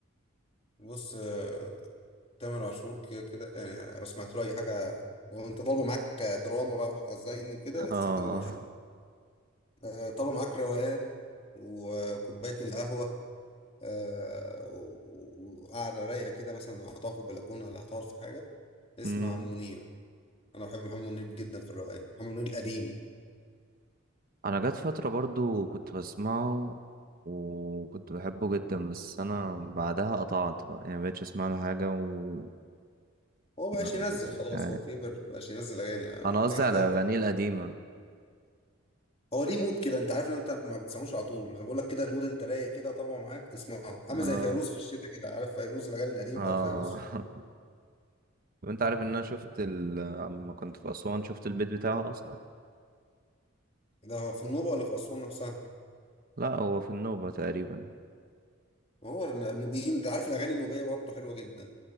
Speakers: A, on the left; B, on the right.
A: بص آه، تامر عاشور كده كده يعني لو سمعت له اي حاجه لو انت طالبه معاك دراما بقى وحزيني كده
B: <laughs>
A: اسمع
B: آه
A: تامر عاشور آه، طالبه معاك روقان وكوبايه القهوه آه، و- و- وقاعدة رايقة كده مثلا لو هتقعد في البلكونة ولا هتقعد في حاجة اسمع
B: أمم.
A: منير أنا بحب محمد منير جدا في الروقان محمد منير القديم
B: أنا جات فترة برضو كنت بسمعه وكنت بحبه جدا بس أنا بعدها قطعت بقى يعني مبقتش أسمع له حاجة و
A: هو مبقاش
B: <laughs>
A: ينزل خلاص
B: يعني
A: هو كبر مبقاش ينزل أغاني آه،
B: أنا
A: أنت
B: قصدي
A: كده
B: على
A: كده
B: أغانيه القديمة
A: هو ليه مود كده أنت عارف إن أنت ما بتسمعوش على طول أنا بقول لك كده المود أنت رايق كده طالع معاك تسمعه عامل
B: آه
A: زي فيروز في الشتاء كده عارف فيروز الأغاني القديمة
B: آه
A: بتاعت فيروز
B: <laughs> طب انت عارف ان انا شفت ال... اما كنت في اسوان شفت البيت بتاعه اصلا
A: ده هو في النوبة ولا في أسوان نفسها
B: لا هو في النوبة تقريبا
A: هو النوبيين أنت عارف الأغاني النوبية برضه حلوة جدا